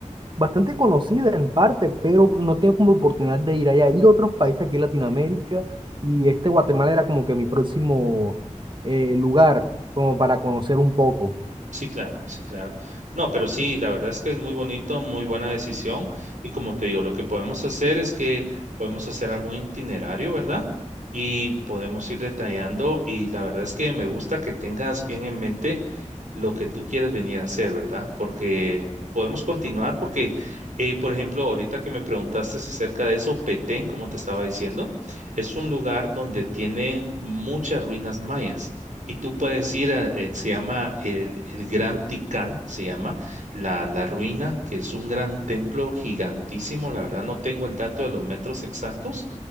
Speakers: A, on the right; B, on the right.
A: bastante conocida en parte, pero no tengo como oportunidad de ir allá. He ido a otros países aquí en Latinoamérica y este Guatemala era como que mi próximo eh, lugar, como para conocer un poco.
B: sí, claro, sí, claro. No, pero sí, la verdad es que es muy bonito, muy buena decisión. Y como te digo, lo que podemos hacer es que podemos hacer algún itinerario, ¿verdad? Y podemos ir detallando. Y la verdad es que me gusta que tengas bien en mente lo que tú quieres venir a hacer, ¿verdad? Porque podemos continuar porque, eh, por ejemplo, ahorita que me preguntaste acerca de eso, Petén, como te estaba diciendo, es un lugar donde tienen muchas ruinas mayas. Y tú puedes ir, a- eh, se llama el, el Gran Tikal, se llama la, la ruina, que es un gran templo gigantísimo. La verdad no tengo el dato de los metros exactos,